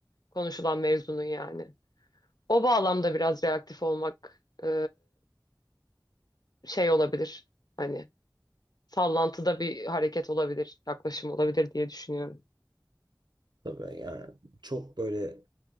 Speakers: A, on the left (about 55°); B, on the right (about 65°).
A: konuşulan mevzunun yani. O bağlamda biraz reaktif olmak e, şey olabilir. Hani sallantıda bir hareket olabilir, yaklaşım olabilir diye düşünüyorum.
B: Tabii yani çok böyle